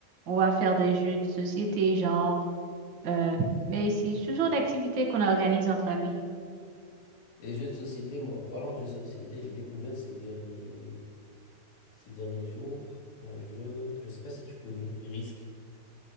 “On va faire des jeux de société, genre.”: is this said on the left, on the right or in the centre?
Right